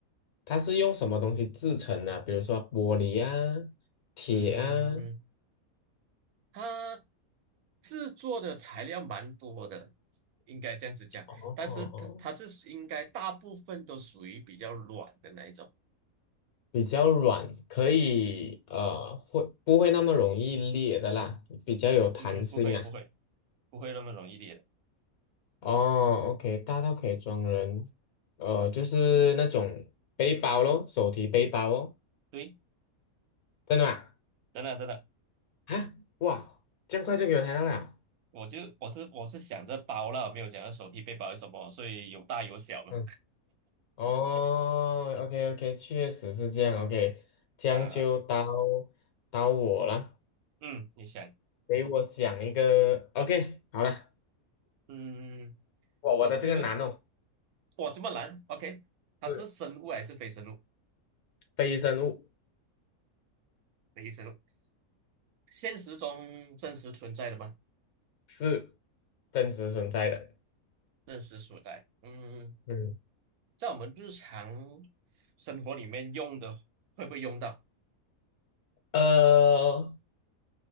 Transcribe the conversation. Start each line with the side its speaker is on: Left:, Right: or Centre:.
Left: 它是用什么东西制成的？比如说玻璃啊、铁啊，
Right: 嗯，它制作的材料蛮多的，应该这样子讲。
Left: 哦，
Right: 但是它它这是应该大部分都属于比较软的那一种。
Left: 比较软，可以呃，
Right: 嗯
Left: 会不会那么容易裂的啦？比较有弹性啊。
Right: 嗯，不会不会不会那么容易裂的。
Left: 哦，OK，大到可以装人，呃，就是那种背包咯，手提背包哦，
Right: 对，
Left: 真的吗？
Right: 真的真的。
Left: 啊，哇，这样快就给我抬到了。
Right: 我就我是我是想着包了，没有想着手提背包是什么，所以有大有小嘛。
Left: 嗯。哦，OK OK，确实是这样，OK，这样就到
Right: 呃，
Left: 到我了，
Right: 嗯，你想，
Left: 给我想一个，OK，好了，
Right: 嗯，
Left: 我我的这个难哦，
Right: 它是一个，哇，这么难？OK，它是生物还是非生物？
Left: 是非生物，
Right: 非生物，现实中真实存在的吗？
Left: 是真实存在的，
Right: 真实所在，嗯，
Left: 嗯，
Right: 在我们日常生活里面用的会不会用到？
Left: 呃，